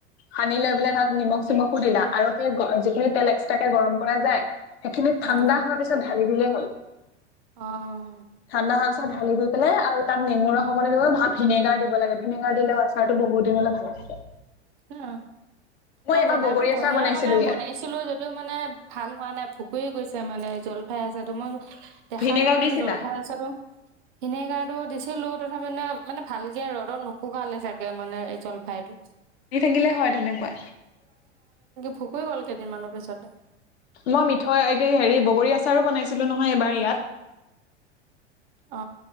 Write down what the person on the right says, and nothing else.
অ', অ',
অ'।
উম,
অ'। মই
বনাই,
মই
বনাই
মানে
বনাইছিলো যদিও মানে, ভাল হোৱা নাই। ভোক কুৰি গৈছে মানে জলফাই আচাৰ, মোৰ দেখা
পালে
মানে জলফাই আচাৰটো, ভিনেগাৰটো দিছ দিলোঁ, তথাপি মানে ভালকে ৰ'দত নুশুকালে চাগে, মানে এই জলফাইটো।
ভুকু গ'ল কেইদিনমানৰ পিছতে
অ